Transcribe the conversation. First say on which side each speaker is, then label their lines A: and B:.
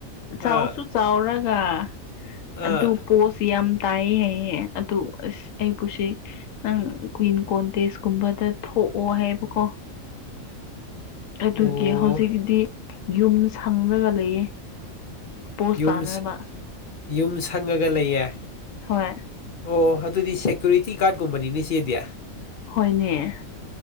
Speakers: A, on the left; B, on the left.
A: ꯆꯥꯎꯁꯨ
B: ꯑꯥ
A: ꯆꯥꯎꯔꯒ
B: ꯑꯥ
A: ꯑꯗꯨ ꯄꯣꯁꯤ ꯌꯥꯝ ꯇꯥꯏ ꯍꯥꯏ ꯑꯗꯨ ꯑꯁ ꯑꯩ ꯄꯨꯁꯤ ꯅꯪ ꯀꯨꯋꯤꯟ ꯀꯣꯟꯇꯦꯁꯀꯨꯝꯕꯗ ꯊꯣꯛꯑꯣ ꯍꯥꯏꯕꯀꯣ ꯑꯗꯨꯒꯤ
B: ꯑꯣ
A: ꯍꯧꯖꯤꯛꯗꯤ ꯌꯨꯝ ꯁꯪꯉꯒ ꯂꯩꯌꯦ ꯄꯣꯁ
B: ꯌꯨꯝ
A: ꯇꯥꯅꯕ
B: ꯌꯨꯝ ꯁꯪꯉꯒ ꯂꯩꯌꯦ
A: ꯍꯣꯏ
B: ꯑꯣ ꯑꯗꯨꯗꯤ ꯁꯦꯀ꯭ꯌꯨꯔꯤꯇꯤ ꯒꯥꯔꯗꯀꯨꯝꯕꯅꯤꯅꯤ ꯆꯦꯗꯤ
A: ꯍꯣꯏꯅꯦ